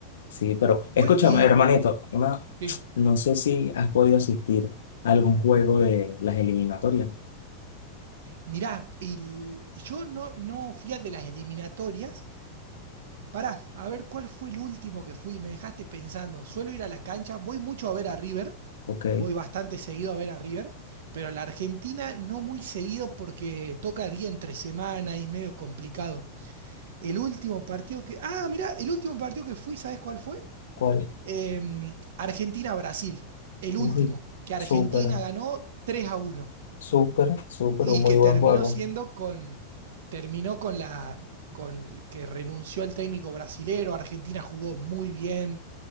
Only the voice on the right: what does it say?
Bueno, y
Sí.
Mirá, el- yo no, no fui al de las eliminatorias. Pará, a ver cuál fue el último que fui. Me dejaste pensando. Suelo ir a la cancha, voy mucho a ver a River.
Voy bastante seguido a ver a River, pero a la Argentina no muy seguido porque toca día entre semana y es medio complicado. El último partido que. Ah, mirá, el último partido que fui, ¿sabes cuál fue?
Em, Argentina-Brasil. El
último, que Argentina
ganó 3 a uno.
Y
que
terminó
siendo con, terminó con la, con que renunció el técnico brasilero, Argentina jugó muy bien,